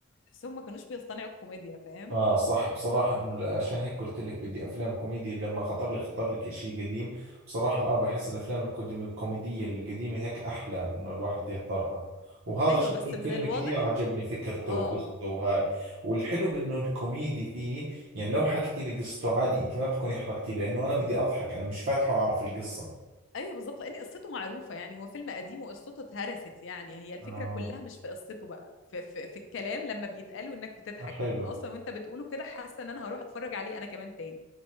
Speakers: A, on the left (about 60°); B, on the right (about 65°).
A: تحسهم ما كانوش بيصطنعوا الكوميديا فاهم
B: اه صح بصراحة انه لا- عشان هيك قلت لك بدي افلام كوميدي لما خطر لي خطر لك اشي قديم بصراحة اه بحس الافلام الكودي- الكوميدية القديمة هيك احلى انه الواحد يحضرها وهذا
A: ايوه
B: شكله
A: بس
B: الفيلم
A: من الواضح
B: كثير عجبني فكرته
A: اه
B: وقصته وهاي والحلو بانه الكوميدي فيه يعني لو حكيتي لي قصته عادي انت ما بتكوني حرقتي لي لانه انا بدي اضحك انا مش فاتحه اعرف القصة
A: ايوه بالظبط لان قصته معروفه يعني هو فيلم قديم وقصته اتهرست يعني هي الفكره
B: اه
A: كلها مش في قصته بقى في, في, في الكلام لما بيتقالوا انك بتضحك
B: حلو
A: انت اصلا وانت بتقوله كده حاسه ان انا هروح اتفرج عليه انا كمان تاني